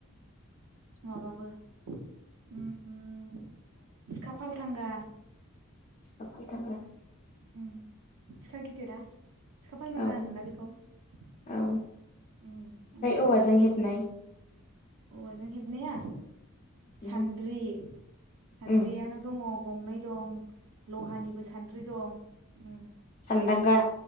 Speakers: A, on the right (about 70°); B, on the left (about 30°).
A: माबाबो ओम सिखा खाफालथांगा
B: सिखा फालथांगा
A: उम सिखा गिदिरा सिखा फालथांगा
B: औ
A: होनोना बेखौ उम
B: औ
A: ओमफ्राय
B: औवाजों हेबनाय
A: औवाजों हेबनाया
B: उम
A: सानद्रि सानद्रियानो
B: उम
A: दङ। गंनै दं लहानिबो सान्द्रि दं ओम
B: सान्दांगा